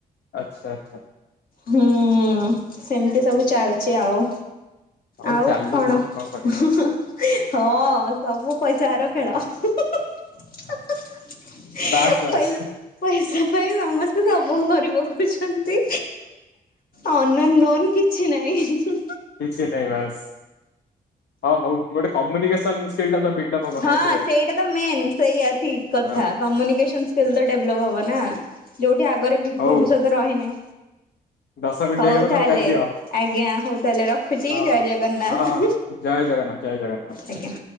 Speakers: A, on the left; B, on the left.
A: ଆଚ୍ଛା, ଆଚ୍ଛା।
B: ହୁଁ, ସେମିତି ସବୁ ଚାଲିଛି ଆଉ।
A: ହଉ
B: ଆଉ
A: ଚାଲୁ
B: କଣ?
A: ମ କରିବା
B: ହି, ହି--ହଁ ସବୁ ପଇସାର ଖେଳ। ହା ହା ହା-ପଇ-ପଇସା
A: ବାସ୍ ବାସ୍
B: ପାଇଁ ସମସ୍ତେ ସବୁ ବୁ, କରି ପକଉଛନ୍ତି। ଅନ- ନନ କିଛି ନହିଁ।
A: କିଛି ନାଇଁ ବାସ୍। ହଁ, ହଉ। ଗୋଟେ କମ୍ୟୁନିକେସନ ସ୍କିଲ୍ ତା ବିଲ୍ ଟା ହବ
B: ହଁ
A: ନା ଏଥିରେ
B: ସେଇଟା ତ ମେନ୍। ସେଇଆ ଠିକ୍ କଥା,
A: ହଁ
B: କମ୍ୟୁନିକସନ ସ୍କିଲ୍ ତ, ଡେଭଲପ୍ ହବ ନା। ଯୋଉଠି ଆଗରେ ବି-ଭବିଷ୍ୟତ
A: ହଉ
B: ରହିନହିଁ।
A: ଦଶ ମିନିଟ୍
B: ହଉ
A: ହେଇଗଲା
B: ତାହଲେ,
A: ତମେ କାଟିଦିଅ
B: ଆଜ୍ଞା। ହଉ ତାହଲେ ରଖୁଛି,
A: ହଉ
B: ଜୟ ଜଗନ୍ନାଥ।
A: ହଁ ଜୟ ଜଗନ୍ନାଥ ଜୟ ଜଗନ୍ନାଥ।
B: ଆଜ୍ଞା।